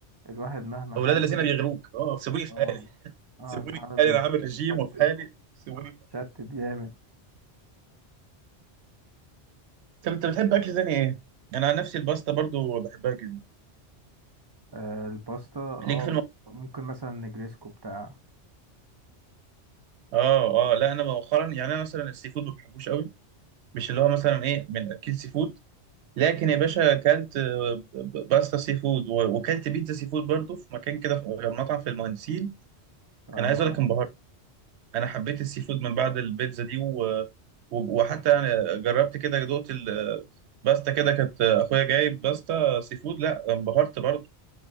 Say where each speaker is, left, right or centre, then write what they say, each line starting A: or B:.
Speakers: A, on the right; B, on the right.
A: الواحد مهما
B: اولاد
A: حاول
B: الذين بيغروك اه سيبوني في
A: اه
B: حالي
A: اه
B: سيبوني في
A: العربي
B: حالي انا عامل رجيم
A: بيتشتت
B: وفي حالي سيبوني
A: بيتشتت
B: في... حالي.
A: جامد
B: طب انت بتحب اكل تاني ايه؟ انا عن نفسي الباستا برضو بحبها جدا
A: آه الباستا اه
B: ليك في
A: ممكن مثلا نجريسكو بتاع
B: اه اه لا انا مؤخرا يعني انا مثلا السي فود ما بحبوش قوي مش اللي هو مثلا ايه من اكل سي فود لكن يا باشا اكلت آه، ب- ب- باستا سي فود و- وكلت بيتزا سي فود برضه في مكان كده في مطعم في المهندسين
A: اه
B: انا عايز اقول لك انبهرت انا حبيت السي فود من بعد البيتزا دي و... و- وحتى يعني جربت كده دقت الباستا كده كانت اخويا جايب باستا سي فود لا انبهرت برضه